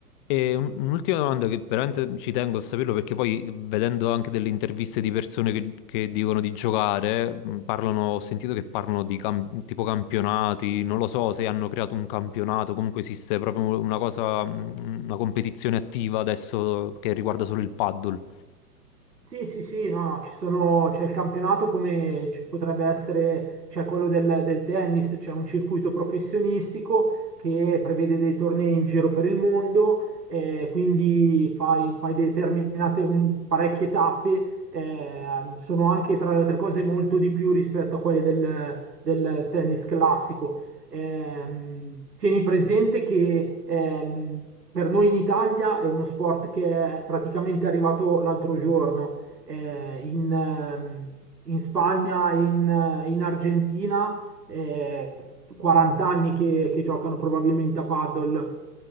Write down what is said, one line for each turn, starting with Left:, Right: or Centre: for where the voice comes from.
Left: E un- un'ultima domanda che veramente ci tengo a saperlo perché poi vedendo anche delle interviste di persone che, che dicono di giocare, mh, parlano, ho sentito che parlano di cam- tipo campionati, non lo so se hanno creato un campionato, comunque esiste proprio una cosa, mh, una competizione attiva adesso che riguarda solo il paddle.
Right: Sì, sì, sì, no, no, ci sono, c'è il campionato come ci potrebbe essere, c'è quello del, del tennis, c'è un circuito professionistico che prevede dei tornei in giro per il mondo, eh, quindi fai, fai determinate un- parecchie tappe, eh, sono anche tra le altre cose molto di più rispetto a quelle del, del tennis classico. Ehm, tieni presente che ehm, per noi in Italia è uno sport che è praticamente arrivato l'altro giorno eh, in, ehm, in Spagna e in, eh, in Argentina, eh, 40 anni che, che giocano probabilmente a paddle.